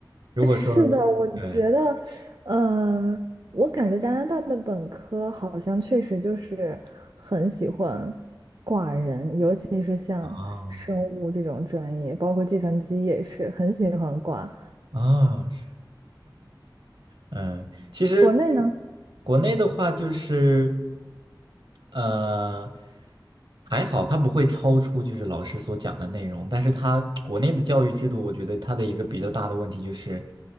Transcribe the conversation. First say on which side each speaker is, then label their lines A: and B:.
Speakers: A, on the right (about 80°); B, on the right (about 60°).
A: 如果说
B: 是的，我觉得，
A: 对
B: 呃，我感觉加拿大的本科好像确实就是很喜欢挂人，尤其是像生物这种专业，
A: 啊。
B: 包括计算机也是很喜欢挂。
A: 啊，是嗯，其实
B: 国内呢，
A: 国内的话就是。呃，还好它不会超出就是老师所讲的内容，但是它国内的教育制度，我觉得它的一个比较大的问题就是，